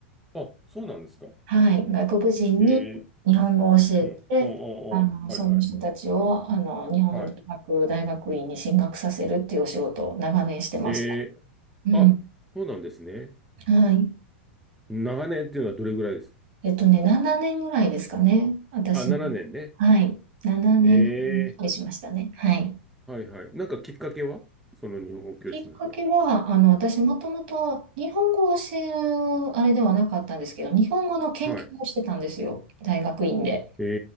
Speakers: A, in the centre; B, on the right.
A: あ、そうなんですか。
B: はい、外国人に日本語を教えて、
A: ええ、うん。ああ、
B: あの、その人たちを、
A: ああ、はいはい。
B: あの、日本の大学、
A: はい。
B: 大学院に進学させるっていうお仕事を長年してました。
A: ええあ、
B: うん。
A: そうなんですね。
B: はい。
A: 長年っていうのはどれぐらいですか
B: えっとね、7年ぐらいですかね。私もはい。
A: あ、7年ねんね。
B: 7年ぐらいしましたね。
A: え
B: はい。
A: ー、はいはい。なんかきっかけはその日本語教師になった。
B: きっかけは、あの、私もともと日本語を教えるあれではなかったんですけど、日本語の研究をしてたんですよ。
A: はい。
B: 大学院で。
A: え